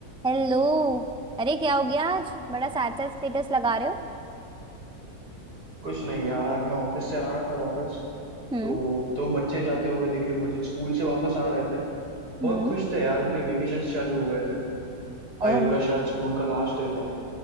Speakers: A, in the centre; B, on the right.
A: Hello अरे क्या हो गया आज बड़ा सैड सैड स्टेटस लगा रहे हो
B: कुछ नहीं यार आज मैं ऑफिस से आ रहा था वापस
A: हम्म
B: तो दो बच्चे जाते हुए दिखे मुझे स्कूल से वापस आ रहे थे बहुत
A: हम्म
B: खुश थे यार उनके वेकेशन चालू हो गए थे आज
A: ओह
B: उनका शायद स्कूल का लास्ट डे था